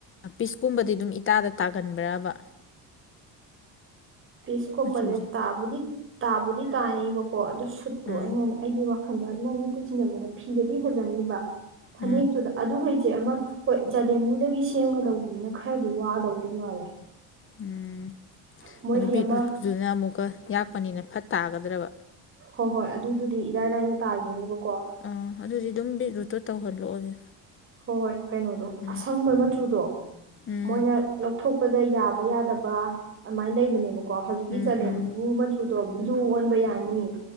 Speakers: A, on the left; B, on the right.
A: ꯄꯤꯁꯀꯨꯝꯕꯗꯤ ꯑꯗꯨꯝ ꯏꯇꯥꯗ ꯇꯥꯒꯟꯕ꯭ꯔꯕ
B: ꯄꯤꯁꯀꯨꯝꯕꯁꯦ
A: ꯃꯆꯨꯁꯦ
B: ꯇꯥꯕꯨꯗꯤ ꯇꯥꯕꯨꯗꯤ ꯇꯥꯅꯦꯕꯀꯣ ꯑꯗꯨ ꯁꯨꯠꯇꯣ
A: ꯎꯝ
B: ꯑꯩꯅꯅꯦ ꯑꯩꯒꯤ ꯋꯥꯈꯜꯗ ꯅꯣꯏ ꯃꯤꯠꯇ ꯆꯤꯟꯖꯤꯟꯕꯗ ꯐꯤꯗꯗꯤ ꯐꯖꯅꯤꯕ ꯐꯅꯦꯛꯇꯨꯗ
A: ꯎꯝ
B: ꯑꯗꯨꯒ ꯏꯆꯦ ꯑꯃ ꯍꯣꯏ ꯖꯗꯦꯝꯕꯨꯗꯒꯤ ꯁꯦꯝꯒꯗꯧꯕꯅꯤꯅ ꯈꯔꯗꯤ ꯋꯥꯗꯧꯗꯤ ꯃꯥꯜꯂꯦ
A: ꯎꯝ
B: ꯃꯣꯏꯒꯤ
A: ꯑꯗꯨ ꯕꯤꯠꯔꯨꯠꯗꯨꯨꯅ
B: ꯑꯃ
A: ꯑꯃꯨꯛꯀ ꯌꯥꯛꯄꯅꯤꯅ ꯐꯠ ꯇꯥꯒꯗ꯭ꯔꯕ
B: ꯍꯣꯏ ꯍꯣꯏ ꯑꯗꯨꯗꯨꯗꯤ ꯏꯔꯥꯏ ꯂꯥꯏꯅ ꯇꯥꯈꯤꯅꯤꯕꯀꯣ
A: ꯑꯥ ꯑꯗꯨꯗꯤ ꯑꯗꯨꯝ ꯕꯤꯠ ꯔꯨꯠꯇꯣ ꯇꯧꯍꯜꯂꯛꯑꯣꯅꯦ
B: ꯍꯣꯏ ꯍꯣꯏ ꯀꯩꯅꯣꯗꯣ
A: ꯎꯝ
B: ꯑꯁꯪꯕ ꯃꯆꯨꯗꯣ
A: ꯎꯝ
B: ꯃꯣꯏꯅ ꯂꯧꯊꯣꯛꯄꯗ ꯌꯥꯕ ꯌꯥꯗꯕ ꯑꯃꯥꯏꯅ ꯂꯩꯕꯅꯦꯕ ꯀꯣ ꯍꯧꯖꯤꯛꯀꯤ
A: ꯎꯝ
B: ꯖꯂꯦꯝꯕꯨ ꯃꯆꯨꯗꯣ ꯕ꯭ꯂꯨ ꯑꯣꯟꯕ ꯌꯥꯅꯤ